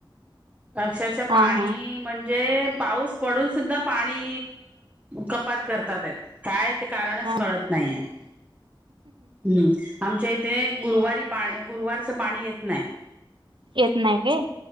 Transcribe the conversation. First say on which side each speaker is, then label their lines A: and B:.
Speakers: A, on the right (about 15°); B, on the right (about 70°).
A: अक्षरशः
B: हा
A: पाणी
B: हा
A: म्हणजे पाऊस पडून सुद्धा पाणी कपात करतात आहेत. काय ते कारणच
B: हा
A: कळत नाहीये. हम्म आमच्या इथे गुरुवारी पा गुरुवारचं पाणी येत नाही.
B: येत नाही काय?